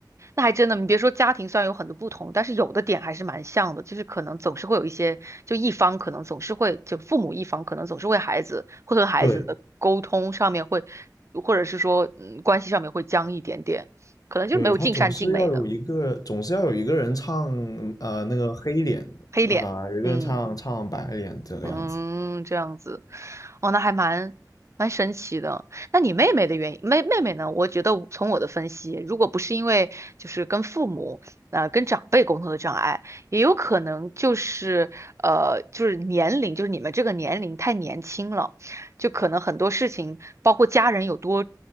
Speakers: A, on the right; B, on the left.
A: 那还真的，你别说家庭虽然有很多不同，但是有的点还是蛮像的，就是可能总是会有一些，就一方可能总是会，就父母一方可能总是为孩子会和孩子的沟通上面会，
B: 对
A: 或者是说嗯关系上面会僵一点点，可能就是没有尽善尽美的
B: 对，她总是要有一个，总是要有一个人唱呃那个黑脸啊、
A: 黑脸，
B: 有一个人唱唱白脸这个样子。
A: 嗯。嗯，这样子，哦，那还蛮蛮神奇的。那你妹妹的原因，妹妹妹呢？我觉得从我的分析，如果不是因为就是跟父母呃跟长辈沟通的障碍，也有可能就是呃就是年龄，就是你们这个年龄太年轻了，就可能很多事情，包括家人有多